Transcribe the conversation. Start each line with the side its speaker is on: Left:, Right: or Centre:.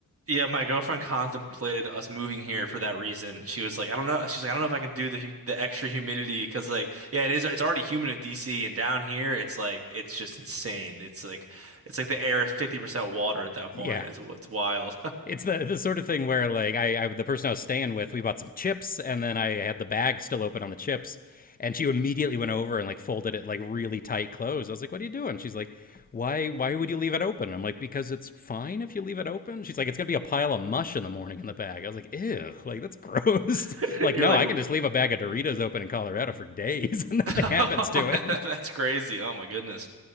Right: Yeah, my girlfriend contemplated us moving here for that reason. She was like, I don't know. She's like, I don't know if I can do the hum the extra humidity because, like, yeah, it is. It's already humid in DC, and down here, it's like it's just insane. It's like it's like the air is 50% water at that
Left: <laughs>
Right: point.
Left: yeah.
Right: It's it's wild.
Left: It's the the sort of thing where like I, I the person I was staying with, we bought some chips and then I had the bag still open on the chips and she immediately went over and like folded it like really tight closed. I was like, "What are you doing?" She's like, "Why why would you leave it open?" I'm like, "Because it's fine if you leave it open." She's like, "It's going to be a pile of mush in the morning in the bag." I was like, "Ew, like that's gross."
Right: <laughs>
Left: <laughs> like,
Right: You're
Left: "No,
Right: like,
Left: I
Right: "Whoa."
Left: can just leave a bag of Doritos open in Colorado for days
Right: <laughs>
Left: and <laughs> nothing
Right: that's
Left: happens to it." <laughs>
Right: crazy. Oh my goodness.